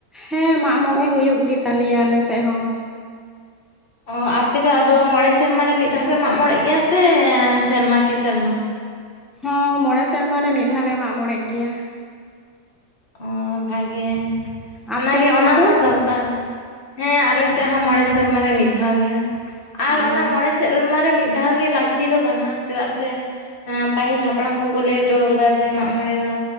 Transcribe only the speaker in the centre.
ᱦᱮᱸ ᱢᱟᱜ ᱢᱚᱬᱮ ᱦᱩᱭᱩᱜ ᱜᱮᱛᱟᱞᱮᱭᱟ ᱟᱞᱮᱥᱮᱫ ᱦᱚᱸ
ᱦᱚᱸ ᱢᱚᱬᱮ ᱥᱮᱨᱢᱟ ᱨᱮ ᱢᱤᱫ ᱫᱷᱟᱣ ᱞᱮ ᱢᱟᱜ ᱢᱚᱬᱮᱜ ᱜᱮᱭᱟ
ᱟᱯᱮ
ᱥᱮᱫ
ᱫᱚ
ᱚ